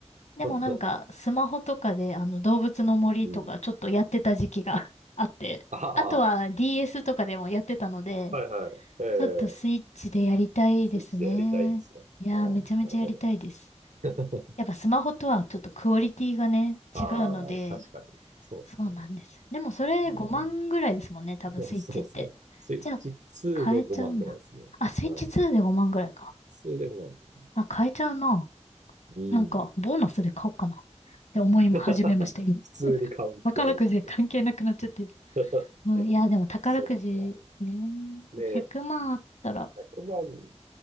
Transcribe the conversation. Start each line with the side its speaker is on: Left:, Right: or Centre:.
Left: でもなんか、
Right: <laughs>
Left: スマホとかで、あの、動物の森とか、
Right: うん。
Left: ちょっとやってた時期が <laughs> あって、
Right: あ
Left: あとは
Right: あ、
Left: DS とかでもやってたので、
Right: はいはい。え
Left: ちょっとスイッチでやりたいですね。
Right: えスイッチでやりたいんですよ。
Left: いやー、
Right: ああ、
Left: めちゃめちゃやりたいです。
Right: なるほど。<laughs>
Left: やっぱスマホとはちょっとクオリティがね、
Right: ああ、
Left: 違うので、
Right: 確かに。そうですね。
Left: そうなんです。でもそれ5万ぐらいですもんね、
Right: うん。
Left: 多分スイッチって。
Right: <laughs> そうですね。スイッチ2で5万ぐらいですね。
Left: じゃあ、変えちゃうな。あ、スイッチ2で5万ぐらいか。
Right: うん。それで5万ですね。
Left: あ、変えちゃうな。
Right: うん。
Left: なんか、ボーナスで買おうかなって思い始めました、
Right: <laughs> 普通に買うって話ですよ。
Left: 今。宝くじで関係なくなっちゃってる。
Right: <laughs>
Left: うん、いや、でも宝くじね、
Right: そっか。ねえ、
Left: 100万あったら、
Right: 100万、